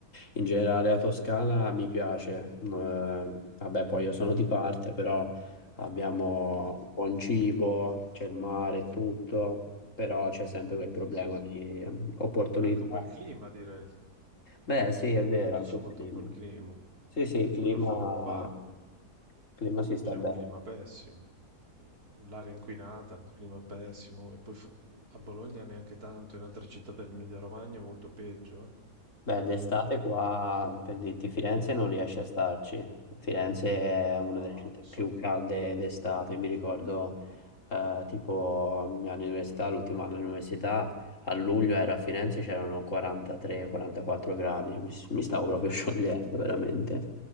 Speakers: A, on the left; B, on the right.
A: in generale la Toscana mi piace. No, eh, vabbè, poi io sono di parte, però abbiamo
B: <laughs>
A: buon cibo, c'è il mare, e tutto, però c'è sempre quel problema
B: Sì, sì.
A: di eh, opportunità.
B: Anche un bel clima, direi.
A: Beh, sì, è vero,
B: Tutto
A: anche
B: sommato
A: il clima.
B: un bel clima,
A: Sì, sì,
B: e
A: il clima,
B: quello fa. Qua
A: il clima si sta
B: c'è
A: bene.
B: un clima pessimo, mm, l'aria inquinata, un clima pessimo, e poi fa- a Bologna neanche tanto, in altre città dell'Emilia Romagna è molto peggio. eh.
A: Beh, d'estate
B: Mm.
A: qua, per dirti, Firenze non riesce a starci. Firenze è una
B: Ah,
A: delle città
B: lo so.
A: più calde d'estate. Mi ricordo, eh, tipo, all'università, l'ultimo anno all'università, a luglio ero a Firenze, c'erano 43-44 gradi. Mi, mi stavo proprio <laughs> sciogliendo,
B: Sì, sì.
A: veramente.